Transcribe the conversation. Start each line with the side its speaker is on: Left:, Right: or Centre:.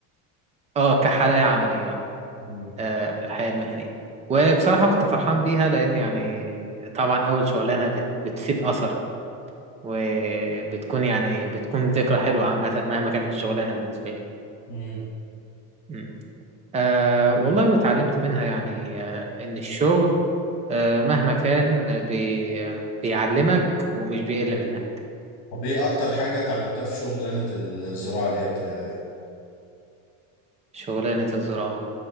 Right: آه كحلقة عملية آه
Left: امم
Right: آه، في الحياة المهنية وبصراحة كنت فرحان بيها لأن يعني طبعا أول شغلانة بت... بتسيب أثر وبتكون يعني بتكون ذكرى حلوة عامة مهما كانت الشغلانة بالنسبة لي
Left: امم
Right: م. آه والله واتعلمت منها يعني آه إن الشغل آه مهما كان بي... بيعلمك ومش بيقل منك
Left: طب ايه اكتر حاجه اتعلمتها في شغلانه الزراعه ديت يعني
Right: شغلانة الزراعة